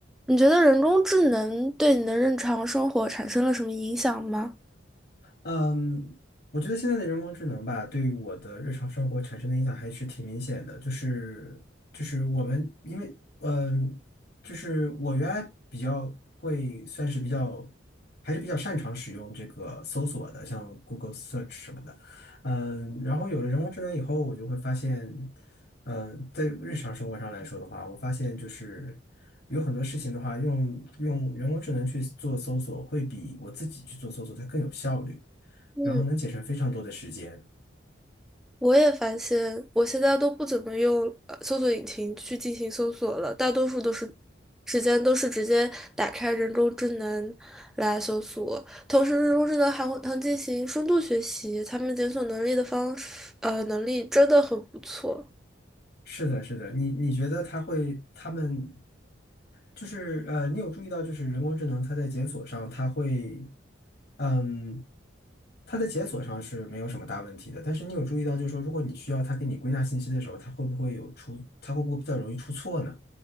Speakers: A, in the centre; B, on the left.
A: 你觉得人工智能对你的日常生活产生了什么影响吗？
B: 嗯，我觉得现在的人工智能吧，对于我的日常生活产生的影响还是挺明显的。就是就是我们因为嗯，就是我原来比较会算是比较还是比较擅长使用这个搜索的，像 Google Search 什么的。嗯，然后有了人工智能以后，我就会发现，嗯，在日常生活上来说的话，我发现就是有很多事情的话，用用人工智能去做搜索，会比我自己去做搜索它更有效率。
A: 嗯，
B: 然后能节省非常多的时间。
A: 我也发现，我现在都不怎么用呃搜索引擎去进行搜索了，大多数都是时间都是直接打开人工智能来搜索。同时，人工智能还会能进行深度学习，他们检索能力的方式呃，能力真的很不错。
B: 是的，是的，你你觉得它会，他们就是呃，你有注意到就是人工智能它在检索上，它会，嗯，它在检索上是没有什么大问题的，但是你有注意到就是说，如果你需要它给你归纳信息的时候，它会不会有出，它会不会比较容易出错呢？